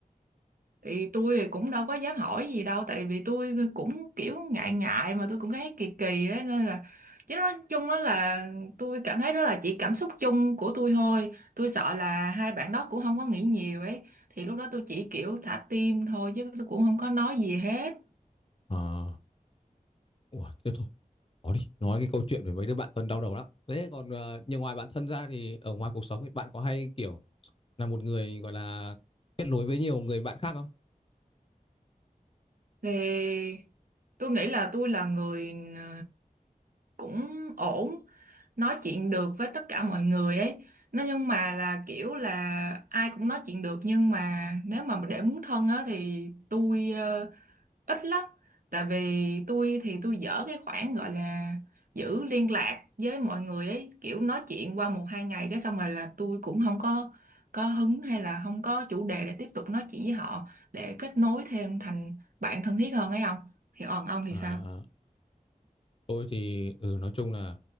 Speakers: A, on the right; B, on the left.
A: thì tôi thì cũng đâu có dám hỏi gì đâu tại vì tôi cũng kiểu ngại ngại mà tôi cũng thấy kỳ kỳ ấy nên là chứ nói chung đó là tôi cảm thấy đó là chỉ cảm xúc chung của tôi thôi tôi sợ là hai bạn đó cũng không có nghĩ nhiều ấy thì lúc đó tôi chỉ kiểu thả tim thôi chứ tôi cũng không có nói gì hết
B: À, ủa, thế thôi Có đi, nói cái câu chuyện về mấy đứa bạn thân đau đầu lắm. Thế còn ờ, nhưng ngoài bạn thân ra thì ở ngoài cuộc sống thì bạn có hay kiểu là một người gọi là kết nối với nhiều người bạn khác không?
A: thì tôi nghĩ là tôi là người ờ, cũng ổn nói chuyện được với tất cả mọi người ấy nó nhưng mà là kiểu là ai cũng nói chuyện được nhưng mà nếu mà để muốn thân á thì tôi ờ, ít lắm tại vì tôi thì tôi dở cái khoản gọi là giữ liên lạc với mọi người ấy kiểu nói chuyện qua một hai ngày cái xong rồi là tôi cũng không có có hứng hay là không có chủ đề để tiếp tục nói chuyện với họ để kết nối thêm thành bạn thân thiết hơn ấy không thì còn ông thì
B: À,
A: sao
B: tôi thì ừ, nói chung là